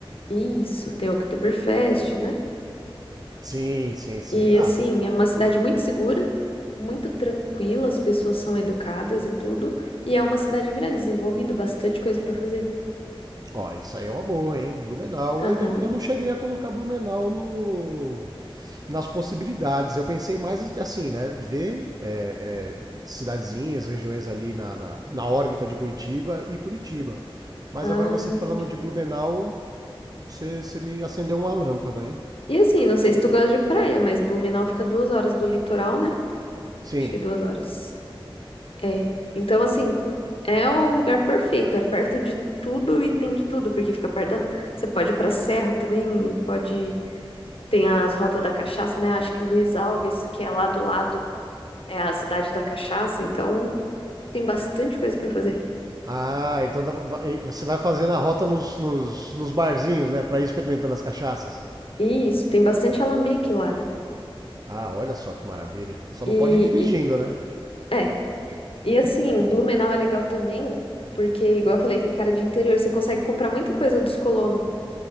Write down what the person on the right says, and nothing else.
Sim, sim, sim.
Ah,
ó, isso aí é uma boa, hein? Blumenau.
Eu, eu, eu não cheguei a colocar Blumenau no, nas possibilidades. Eu pensei mais assim, né? Ver é, é, cidadezinhas, regiões ali na, na, na órbita de Curitiba e Curitiba. Mas
agora você
falando de Blumenau, você, você me acendeu uma lâmpada, hein?
Sim.
Ah, então dá pra- vai- você vai fazendo a rota nos, nos, nos barzinhos, né? Pra ir experimentando as cachaças.
Ah, olha só que maravilha. Só não
pode ir dirigindo,
né?